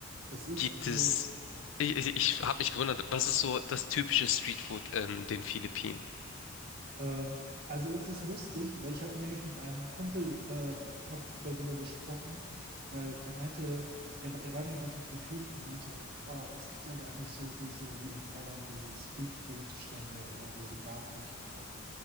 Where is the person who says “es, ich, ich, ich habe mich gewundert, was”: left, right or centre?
Left